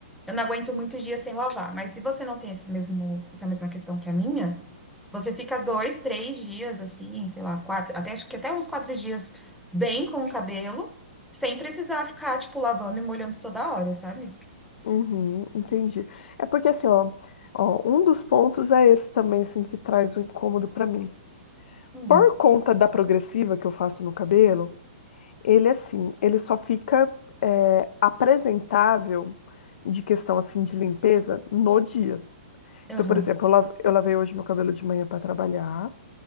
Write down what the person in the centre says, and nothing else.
Eu não aguento muitos dias sem lavar. Mas se você não tem esse mesmo, essa mesma questão que a minha, você fica dois, três dias, assim, sei lá, quatro, até, acho que até uns quatro dias bem com o cabelo. Sem precisar ficar, tipo, lavando e molhando toda hora, sabe?
Hum,
aham,